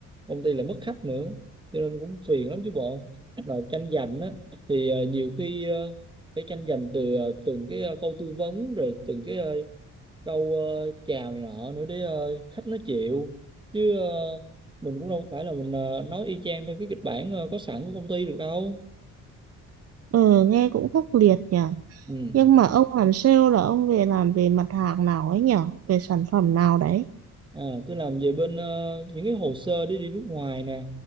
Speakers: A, on the right; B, on the right.
A: công ty lại mất khách nữa cho nên cũng phiền lắm chứ bộ mà tranh giành á thì ờ, nhiều khi ờ, phải tranh giành từ ờ, từng cái ờ, câu tư vấn rồi từng cái ờ, câu ờ, chào này nọ nữa để ờ, khách nó chịu chứ ờ, mình cũng đâu phải là mình ờ, nói y chang theo cái kịch bản ờ, có sẵn của công ty được đâu
B: Ừ, nghe cũng khốc liệt nhở.
A: ừ
B: Nhưng mà ông làm sale là ông về làm về mặt hàng nào ấy nhở? Về sản phẩm nào đấy?
A: À, tôi làm về bên ờ, những cái hồ sơ đi đi nước ngoài nè